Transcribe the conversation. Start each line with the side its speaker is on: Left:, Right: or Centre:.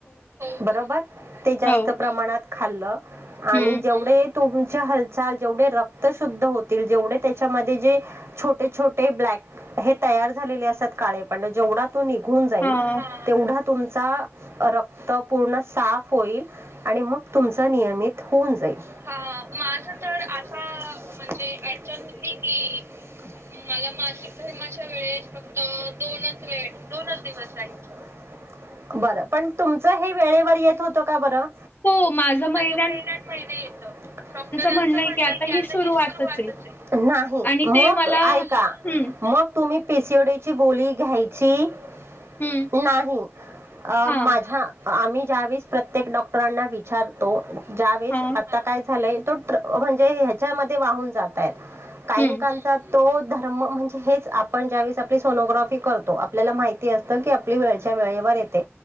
Right: बरोबर ते जास्त
Left: हो,
Right: प्रमाणात खाल्लं आणि
Left: हं,
Right: जेवढे तुमच्या हालचाल जेवढे रक्त शुद्ध होतील जेवढे त्याच्यामध्ये जे छोटे छोटे त झा का प जेवा त निघून जाईलव
Left: हां,
Right: तुमचा रक्त पूर्ण साफ होईल आणि मग तुमचा निय हून जाईल ह माझ तर असा म्हणजे अडचण होती की मला मासिक धर्माच्या वेळेस फक्त दोनच वेळ दोनच दिवस जायचे. बरं पण तुमचं हे वेळेवर येत होतं का बरं
Left: हो माझं महिन्य
Right: महिन्यात महिना येतो डॉक्टरांच
Left: म्हणणं
Right: म्हणंनं आहे की आता
Left: ही सुरुवातच
Right: हि सुरवातच
Left: आहे
Right: आहे.
Left: आणि
Right: मग
Left: ते मला
Right: ऐका
Left: हं,
Right: मग तुम्ही पिसवड्याची गोली घ्यायची
Left: हं,
Right: नाही अ
Left: हां,
Right: माझ्या आम्ही ज्यावेळेस प्रत्येक डॉक्टरांना विचारतो ज्यावेेळेस
Left: हां,
Right: आता काय झालंय तो म्हणजे ह्याच्यामध्ये वाहून जातय काही
Left: हं,
Right: कालचा तो धर्म म्हणजे हेच आपण ज्यावेेळेस आपली सोनोग्राफी करतो आपल्याला माहिती असतं की आपली वेळच्या वेळेवर येते